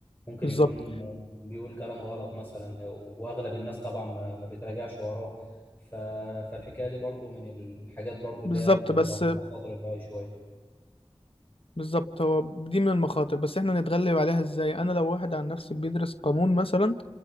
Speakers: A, on the left; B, on the left.
A: ممكن
B: بالظبط
A: يكون بيقول كلام غلط مثلا واغلب الناس طبعا ما, ما بتراجعش وراه ف... فالحكايه دي برضو من الحاجات برضو
B: بالظبط
A: اللي هي ممكن
B: بس
A: تبقى مخاطر ال AI شويه
B: بالظبط هو دي من المخاطر بس احنا نتغلب عليها ازاي انا لو واحد عن نفسي بيدرس قانون مثلا